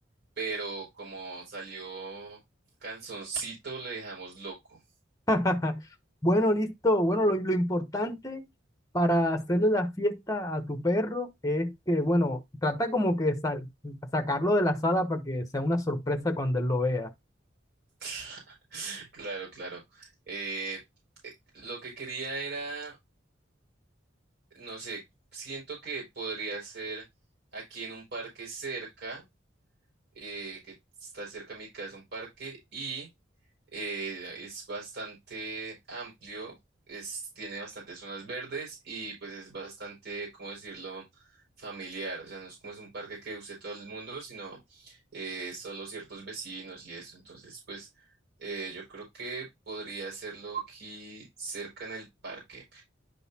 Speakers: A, on the right; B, on the left.
A: pero como salió canzoncito le dejamos loco.
B: <laughs> Bueno, listo. Bueno, lo, lo importante para hacerle la fiesta a tu perro es que, bueno, trata como que sal- sacarlo de la sala para que sea una sorpresa cuando él lo vea.
A: <laughs> Claro, claro. Eh, eh, lo que quería era, no sé, siento que podría ser aquí en un parque cerca, eh, que está cerca a mi casa, un parque, y eh, es bastante amplio, es, tiene bastantes zonas verdes y pues es bastante, ¿cómo decirlo?, familiar. O sea, no es como es un parque que use todo el mundo, sino eh, solo ciertos vecinos y eso. Entonces, pues eh, yo creo que podría hacerlo aquí cerca en el parque.